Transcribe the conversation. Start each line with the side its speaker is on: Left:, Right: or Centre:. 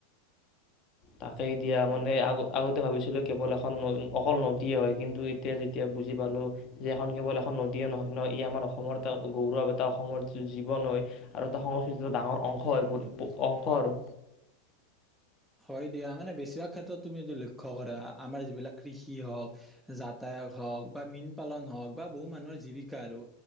Left: তাকেই দিয়া মানে আ আগতে ভাবিছিলোঁ কেৱল এখন অকল নদীয়ে হয় কিন্তু এতিয়া যেতিয়া বুজি পালোঁ যে এখন কেৱল এখন নদীয়ে নহয় ন ই আমাৰ অসমৰ এটা গৌৰৱ এটা অসমৰ যিটো জীৱন হয় আৰু এটা সংস্কৃতিৰ ডাঙৰ অংশ হয় বহুত অংশ আৰু
Centre: হয় দিয়া মানে বেছিভাগ ক্ষেত্ৰত তুমি এইটো লক্ষ্য কৰা আমাৰ যিবিলাক কৃষি হওঁক যাতায়াত হওঁক বা মীন পালন হওঁক বা বহু মানুহৰ জীৱিকা আৰু